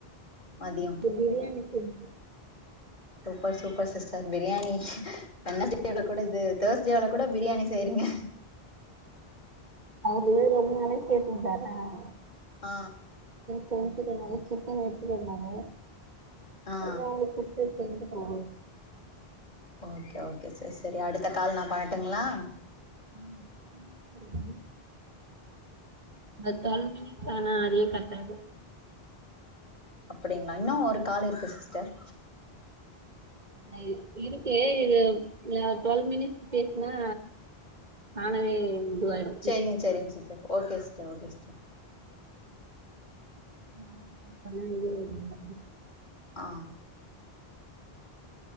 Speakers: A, on the left; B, on the right.
A: மதியம்
B: பிரியாணி செஞ்சோ
A: சூப்பர் சூப்பர் சிஸ்டர் பிரியாணி வென்னஸ்டேகு கூட இது தேர்ஸ்ட்டேவுல கூட பிரியாணி செய்றீங்க
B: வேற எதுனாலு கேட்டுச்சு அதான்
A: ஆ
B: கோவ்ச்சிட்டதுனால சிக்கன் எடுத்து வந்தாங்க
A: ஆ
B: வாங்கி குடுத்த செஞ்சு ஆ
A: ஓகே ஓகே சரி சரி அடுத்த கால் நா பண்ணட்டுங்ளா
B: ம் ம் செரிங்க <inaudible> இங்க ட்டுவல்வ் மினிட்ஸ் ஆனா அதுவே கட் ஆயிரு
A: அப்புடிங்ளா இன்னு ஒரு காலு இருக்கு சிஸ்டர்
B: ஆ இருக்கு இது அ டுவல்வ் மினிட்ஸ் பேசுனா தானாவே இதுவாயிரு
A: செரிங்க செரிங்க sister okay sister okay sister
B: <inaudible>
A: ஆ